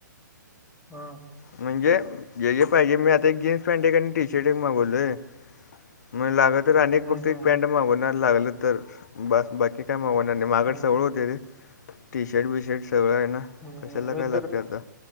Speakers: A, in the centre; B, on the left.
A: हं...
B: म्हणजे जे, जे पाहिजे मी आता एक जीन्स पॅन्ट एक आणि टी शर्ट एक मागवलोय. मग लागलं तर अनेक
A: हम्म
B: फक्त एक
A: हम्म
B: पॅन्ट मागवणार लागलं तर बास बाकी काय मागवणार नाही माझ्याकडं
A: हम्म
B: सगळं होतंय रे टी शर्ट, बीशर्ट सगळं आहे ना.
A: मी
B: कशाला काय लागते
A: तर,
B: आता